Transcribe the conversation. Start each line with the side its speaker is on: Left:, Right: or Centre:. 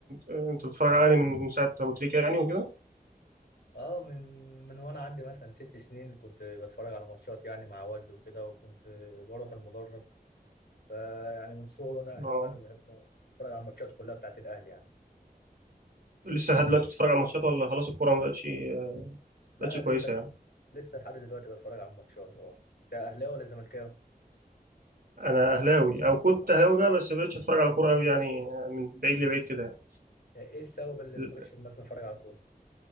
Right: أنت بتتفرج على الأهلي من من ساعة أبو تريكة يعني وكده؟
Left: أه من من وأنا عندي مثلا ست سنين كنت بتفرج على ماتشات يعني مع والدي وكده وكنت بروح المدرج فيعني من صغري وأنا أهلاوي
Right: أه
Left: يعني بحب أتفرج على الماتشات كلها بتاعت الأهلي يعني
Right: لسه لحد دلوقتي بتتفرج على ماتشات ولا خلاص الكورة ما بقتش ما
Left: لا
Right: بقتش كويسة
Left: لسه الحق
Right: يعني؟
Left: لسه لحد دلوقتي بتفرج على الماتشات أه أنت أهلاوي ولا زملكاوي؟
Right: أنا أهلاوي أو كنت أهلاوي بقى بس ما بقتش أتفرج على كورة أوي يعني من بعيد لبعيد كده
Left: إيه السبب اللي
Right: يعني
Left: مخليكش مثلا أتفرج على الكورة؟